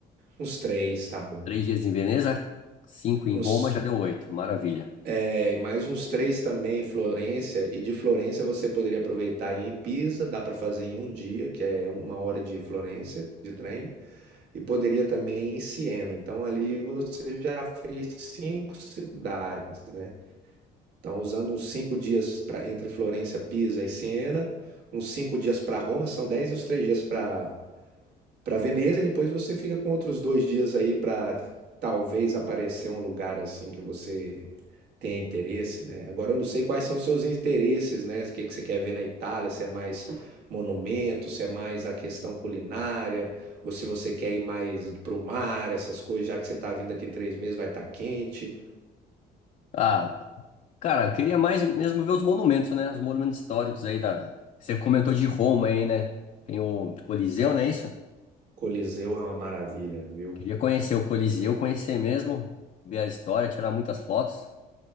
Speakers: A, on the right (about 75°); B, on the left (about 45°).
A: Uns três, tá bom.
B: Três dias em Veneza, cinco em
A: Uns,
B: Roma, já deu oito. Maravilha.
A: é, e mais uns três também em Florença. E de Florença você poderia aproveitar em Pisa, dá para fazer em um dia, que é uma hora de Florença de trem. E poderia também em Siena. Então ali você já fez cinco cidades, né? Então, usando uns cinco dias para entre Florença, Pisa e Siena, uns cinco dias para Roma, são dez e os três dias para para Veneza, e depois você fica com outros dois dias aí para talvez aparecer um lugar assim que você tenha interesse, né? Agora eu não sei quais são os seus interesses, né? O que que você quer ver na Itália, se é mais monumento, se é mais a questão culinária, ou se você quer ir mais pro mar, essas coisas, já que você tá vindo aqui três meses, vai estar quente.
B: Ah, cara, eu queria mais mesmo ver os monumentos, né? Os monumentos históricos aí da. Você comentou de Roma aí, né? Tem o Coliseu, não é isso?
A: Coliseu é uma maravilha, viu?
B: Queria conhecer o Coliseu, conhecer mesmo, ver a história, tirar muitas fotos.